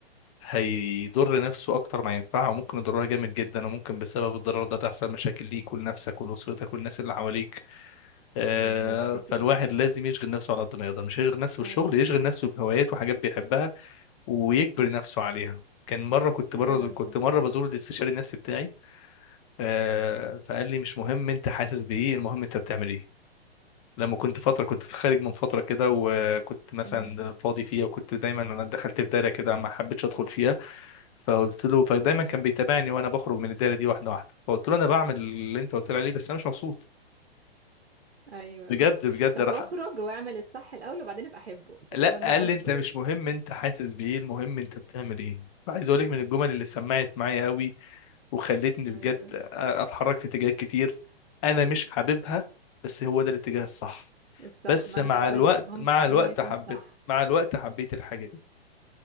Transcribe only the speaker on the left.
هيضر نفسه اكتر ما ينفعه وممكن يضرها جامد جدا وممكن بسبب الضرر ده تحصل مشاكل ليك ولنفسك ولاسرتك والناس اللي حواليك آه،
فالواحد لازم يشغل نفسه على قد ما يقدر مش هيشغل نفسه بالشغل
يشغل نفسه بهوايات وحاجات بيحبها ويجبر
نفسه عليها كان مره كنت
بره كنت
مره بزور الاستشاري النفسي بتاعي آه، فقال لي مش مهم انت حاسس بايه المهم انت بتعمل ايه لما كنت فتره كنت في خارج من فتره كده وكنت مثلا
فاضي فيها وكنت دايما انا دخلت في دايره كده ما حبيتش ادخل فيها فقلت له فدايما كان بيتابعني وانا بخرج من الدايره دي واحده واحده فقلت له انا بعمل اللي انت قلت لي عليه بس انا مش مبسوط
بجد
بجد
راح
لا
قال
لي انت مش
مهم انت حاسس بايه المهم انت بتعمل ايه عايز اقول لك من الجمل اللي سمعت معايا قوي وخلتني
بجد اتحرك في اتجاهات كتير انا مش حاببها بس هو ده الاتجاه الصح
بس
مع
الوقت
مع الوقت
حب
مع الوقت حبيت الحاجه دي